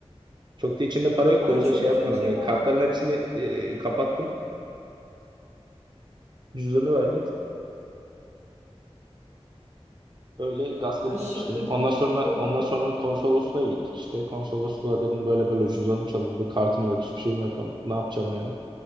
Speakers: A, on the right; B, on the right.
A: Çok da içinde para yoktu
B: Ay
A: o yüzden
B: çok
A: şey yapmadım.
B: kötü ya.
A: Yani kartların hepsini e, kapattım. Cüzdanı verdim. Öyle gasp
B: Ay
A: edilmiştim.
B: şaka gibi
A: Ondan
B: çok
A: sonra
B: korktum.
A: ondan sonra konsolosluğa gittik işte. Konsolosluğa dedim böyle böyle cüzdanım çalındı. Kartım yok, hiçbir şeyim yok ama ne yapacağım yani?